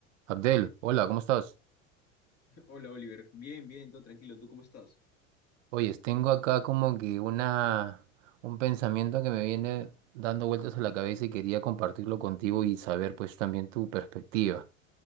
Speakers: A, on the right (about 65°); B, on the left (about 35°).
A: Abdel, hola, ¿cómo estás?
B: Hola Oliver, bien, bien, todo tranquilo, ¿tú cómo estás?
A: Oyes, tengo acá como que una, un pensamiento que me viene dando vueltas a la cabeza y quería compartirlo contigo y saber pues también tu perspectiva.